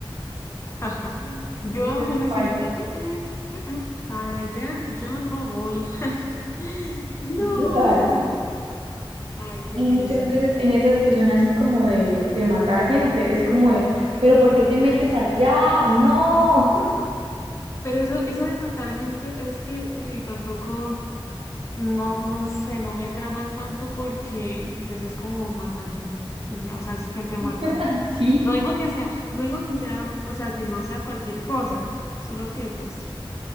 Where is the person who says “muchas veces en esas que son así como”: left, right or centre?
Right